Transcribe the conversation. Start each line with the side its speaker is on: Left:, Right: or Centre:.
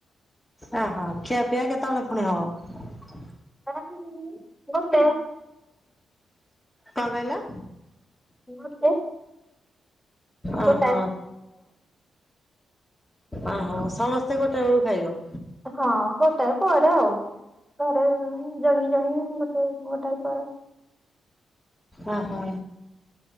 Left: ଓହୋ ଖିଆ ପିଇଆ କେତେବେଳେ ପୁଣି ହବ?
Centre: କସଥିଲେ
Left: କଣ କହିଲ?
Centre: ଗୋଟେ
Left: ଓହୋ
Centre: ଗୋଟାଏ।
Left: ଓହୋ ସମସ୍ତେ ଗୋଟେ ବେଳୁ ଖାଇବ?
Centre: ହଁ ଗୋଟାଏ ପରେ ଆଉ ଘରେ ଜଣ ଜଣି ଗୋଟେ ଗୋଟାଏ ପରେ
Left: ଓହୋ